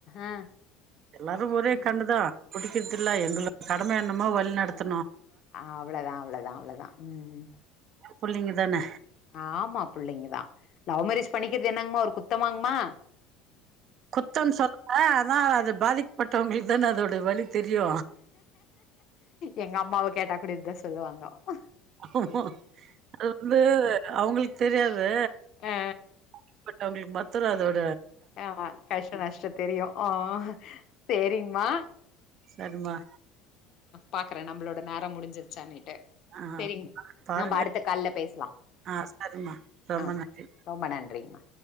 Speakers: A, on the left; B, on the right.
A: ஆ
B: எல்லாரு ஒரே
A: ஆ
B: கண்டுதா புடிக்கிறதுல்ல என்துல <inaudible> நம்ம என்னமோ வழி நடத்த
A: அவ்ளதா அவ்ளதா அவ்ளதா ம்
B: புள்ளைங்க தான
A: ஆமா புள்ளைங்க தா லவ் மேரேஜ் பண்ணிக்கிறது என்னங்மா ஒ குத்த மாங்குமா
B: குத்த சொல்ல ஆனா அது பாதிக்கப்பட்டவங்களுக்கு தானே அதோட வலி தெரியு
A: எங்க அம்மாவ கேட்டாங்க அப்டிதான் சொல்லுவாங்க ஆமா
B: ஆமா அது வந்து அவுங்களுக் தெரியாது
A: ஆ
B: <unintelligible> ப்ட் அவுங்களுக்கு ப <unintelligible>
A: ஆ கஷ்ட நஷ்டம் தெரியும் ஆ செரிங்மா
B: செரிமா
A: பாக்குறன் நமளோட நேர முடிச்சிருச்சனு
B: ஆ
A: சேரி
B: பாருங்க
A: நாம அடுத்த கால்ல பேசலாம்
B: ஆ சரிம்மா ரொம்ப
A: அ ஒகே
B: நன்றி
A: ரொம்ப நன்றிங்மா